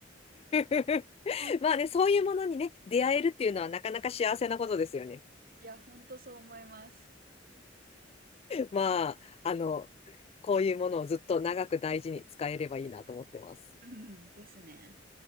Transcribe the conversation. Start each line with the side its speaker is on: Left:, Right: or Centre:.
Left: <laughs>
Right: <laughs> 本当です。
Left: まあね、そういうものにね、出会えるっていうのはなかなか幸せなことですよね。
Right: いや、本当そう思います。
Left: まあ、あの、こういうものをずっと長く大事に使えればいいなと思ってます。
Right: うん、ですね。